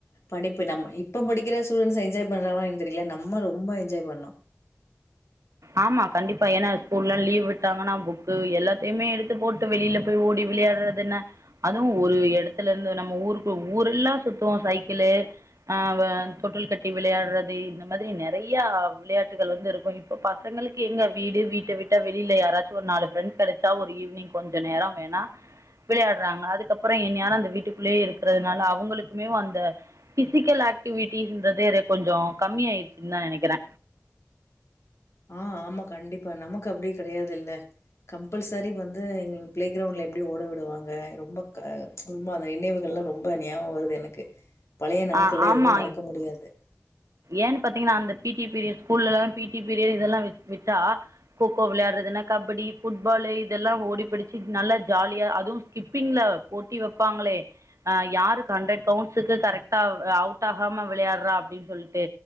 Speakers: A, on the left; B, on the right.
A: படிப்பு நம்ம இப்ப படிக்கிற டுன்டஸு என்ஜாய் பண்றாங்களோ தெரில நம்ம ரொம்ப என்ஜாய் பண்ணோ
B: ஆமா கண்டிப்பா ஏன்னா ஸ்கூல்லா லீவ் விட்டாங்கன்னா புக்கு எல்லாத்தையுமே எடுத்து போட்டு வெளியில போய் ஓடி விளையாடுறதென்ன அதுவு ஒரு எடத்துலருந்து நம்ம ஊருக்கு ஊர் எல்லா சுத்துவோ சைக்கிளு ஆ வ தொட்டில் கட்டி விளையாடுறது இந்த மாதிரி நெறைய விளையாட்டுகள் வந்து இருக்கும் இப் போ பசங்களுக்கு எங்க வீடு வீட்ட விட்டா வெளில யாராச்சு ஒரு நாலு ஃபிரெண்ட் கிடைச்சா ஒரு ஈவினிங் கெஞ்ச நேரோ வே னா விளையாடுறாங்க அதுக்கப்பற என்னேரு அந்த வீட்டுக்குள்ளேயே இருக்கிறதுனால அவங்களுக்குமேவு அந்த பிசிக்கல் ஆக்டிவிட்டிஸ்ன்றதே கொஞ்சோ கம்மியாயிடுச்சுன்னு தா நெனைக்கிறே
A: ஆ ஆமா கண்டிப்பா நமக்கு அப்டி கெடையாதுல்ல கம்பல்சரி வந்து எ ப்ளேகிரவுண்ட்ல எப்டியு ஓட விடுவாங்க ரொம்ப க உமாந்த நினைவுகள் ரொம்ப ஞாபகம் வருது எனக்கு பழைய நாட்கள்லாம்
B: ஆ ஆமா
A: எதுவுமே மறக்க முடியாது.
B: ஏன்னு பாத்தீங்கன்னா அந்த பி டி பீரிய்ட் ஸ்கூல்லலா பி டி பீரியட் இதெல்லா விட் விட்டா கோக்கோ விளையாடுறது என்னா கபடி ஃபுட்பால் இதெல்லா ஓடி பிடிச்சு நல்ல ஜாலியா அதுவும் ஸ்கிப்பிங்ல போட்டி வைப்பாங்களே அ யா ஆரு ஹண்டெட் கவுண்ட்ஸுக்கு கரெட் ட்டாவு அவுட் ஆகாம விளையாடுறா அப்டின் சொல்ட்டு